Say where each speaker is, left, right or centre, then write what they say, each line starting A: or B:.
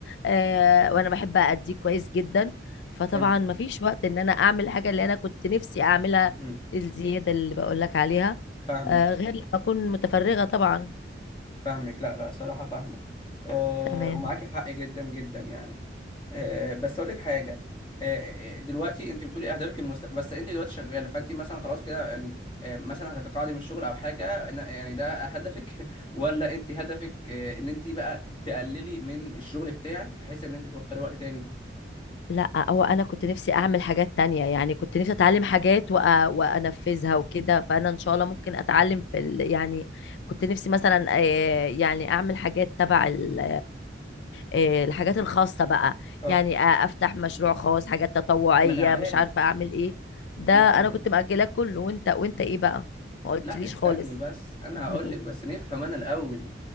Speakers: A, on the left; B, on the left.
A: آه وأنا بحب أأديه كويس جدا فطبعا
B: حلو
A: مفيش وقت إن أنا أعمل الحاجة اللي أنا كنت نفسي أعملها
B: امم
A: الزيادة اللي بقولك عليها
B: فاهمك
A: آه غير لما أكون متفرغة طبعا
B: فاهمك لا لا الصراحه فاهمك آه
A: تمام
B: ومعاكي حق جدا جدا يعني آه، بس اقول لك حاجه آه، آه، دلوقتي انت بتقولي اهدافك المست... بس انت دلوقتي شغاله فانت مثلا خلاص كده يعني آه، مثلا هتتقاعدي من الشغل او حاجه أنا- يعني ده هدفك <laughs> ولا انت هدفك آه، ان انت بقى تقللي من الشغل بتاعك بحيث ان انت توفري وقت تاني
A: لا هو انا كنت نفسي اعمل حاجات تانية يعني كنت نفسي اتعلم حاجات وأ... وانفذها وكده فانا ان شاء الله ممكن اتعلم في ال... يعني كنت نفسي مثلا آه، يعني اعمل حاجات تبع ال... آه، الحاجات الخاصة بقى
B: اه
A: يعني آه، افتح مشروع خاص حاجات تطوعية
B: ما انا
A: مش
B: عارف
A: عارفة اعمل ايه ده
B: انا
A: انا
B: فاهم
A: كنت مأجلاه كله وانت وانت ايه بقى ما قلتليش
B: لا استني
A: خالص
B: بس انا
A: <laughs>
B: هقول لك بس نفهم انا الاول